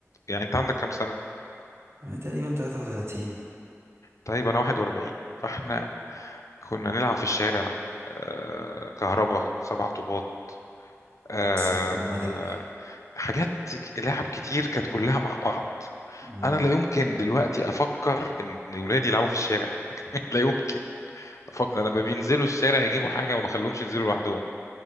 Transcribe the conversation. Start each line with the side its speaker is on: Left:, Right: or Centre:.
Left: يعني انت عندك كام سنه
Right: تقريبا 33
Left: طيب انا 41 فاحنا كنا نلعب في الشارع آه، كهربا سبع طوبات آه،
Right: سكت الملك
Left: حاجات ك- لعب كتير كانت كلها مع بعض
Right: مم.
Left: انا لا يمكن دلوقتي افكر ان ولادي يلعبوا في الشارع <laughs> لا يمكن فك... لما بينزلوا الشارع يجيبوا حاجة ما بخليهمش ينزلوا لوحدهم